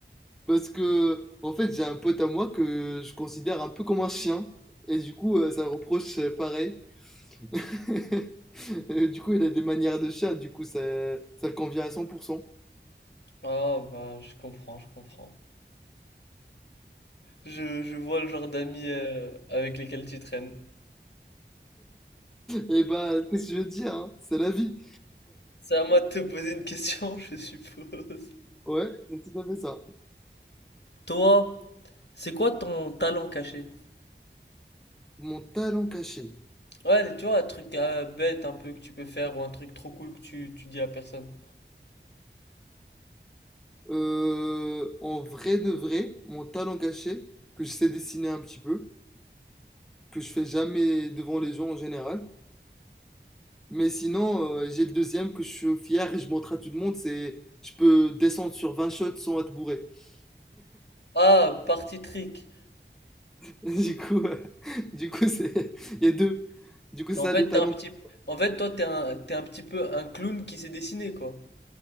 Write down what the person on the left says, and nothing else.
Ah bah je comprends, je comprends. Je, je vois le genre d'amis euh, avec lesquels tu traînes.
C'est à moi de te poser une question, <laughs> je suppose.
Toi, c'est quoi ton talent caché?
Ouais, tu vois, un truc euh, bête un peu que tu peux faire ou un truc trop cool que tu, tu dis à personne.
Ah, party trick.
Mais
en fait,
t'es un petit...
En fait, toi, t'es un... t'es un petit peu un clown qui s'est dessiné, quoi.